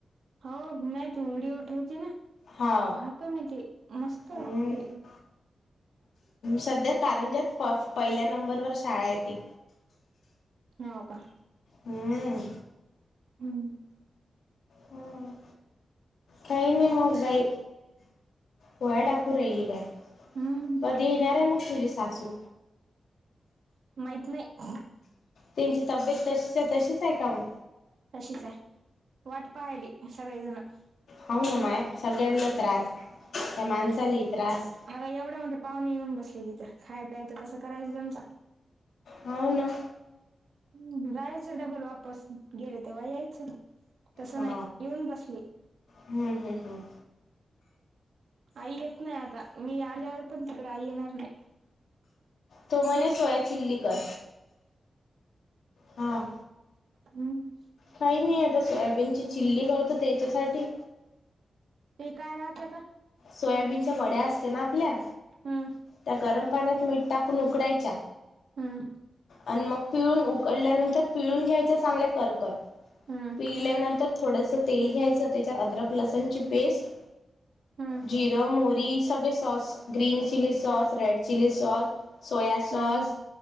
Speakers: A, on the right; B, on the left.
A: हो नाही तू व्हिडिओ ठेवते ना, पाहतो
B: हा
A: मी ते मस्त
B: हम्म
A: आहेत ते.
B: सध्या कारंजात प पहिल्या नंबरवर शाळा आहे ती.
A: हो का.
B: हम्म
A: हम्म.
B: हम काही नाही मग बाई. पोळ्या टाकू राहिली काय
A: हम्म
B: कधी येणार आहे मग तुझी सासू.
A: माहित नाही.
B: त्यांची तब्येत तशीच्या तशीच आहे का मग.
A: तशीच आहे वाट पाहायला सगळेजण.
B: हो ना माय सगळ्यांना त्रास त्या माणसालाही त्रास.
A: अग एवढ्या मोठे पाहुणे येऊन बसले तिथं खाय प्यायचं कसं करायचं त्याचं.
B: हो ना.
A: हम् जायचं डबल वापस गेले तेव्हा यायचं. तसं
B: हा
A: नाही येऊन बसली
B: हम्म हम्म हम्म.
A: आई येत नाही आता मी आल्यावर पण तिकडे आई येणार नाही.
B: तो म्हणे सोया चिली कर हा.
A: हम्म.
B: काही नाही आता सोयाबीनची चिल्ली करतो त्याच्यासाठी.
A: ते काय राहत तर.
B: सोयाबीनच्या वड्या असत ना आपल्या
A: हम्म
B: त्या गरम. पाण्यात मीठ टाकून उकडायच्या.
A: हम्म.
B: आणि मग पिळून उकडल्यानंतर पिळून घ्यायच्या चांगल्या करकर
A: हम्म
B: पिळल्यानंतर. थोडस तेल घ्यायचं त्याच्यात अदरक लसण ची पेस्ट.
A: हम्म
B: जिरो मोहरी सगळे sauce green chilli sauce red chilli sauce. Soya सॉस
A: हम्म